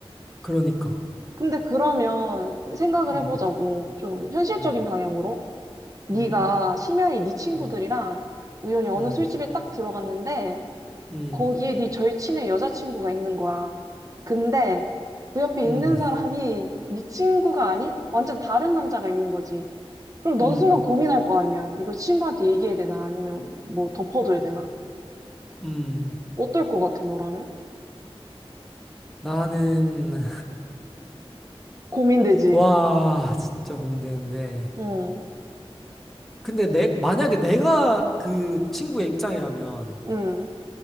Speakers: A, in the centre; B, on the right.
A: 그러니까.
B: 근데 그러면 생각을
A: 음,
B: 해보자고. 좀 현실적인
A: 음,
B: 방향으로. 네가
A: 음,
B: 심야에 네 친구들이랑
A: 음,
B: 우연히 어느
A: 음,
B: 술집에 딱 들어갔는데
A: 음,
B: 거기에 네 절친의 여자친구가 있는 거야. 근데 그 옆에
A: 음,
B: 있는 사람이 네 친구가 아닌 완전 다른 남자가 있는 거지. 그럼 넌
A: 음.
B: 순간 고민할 거 아니야. 이걸 친구한테 얘기해야 되나 아니면 뭐 덮어둬야 되나.
A: 음.
B: 어떨 것 같아, 너라면?
A: 나는
B: 고민되지.
A: 와 진짜 고민되는데
B: 응,
A: 근데 내 만약에 내가 그 친구의 입장이라면
B: 응.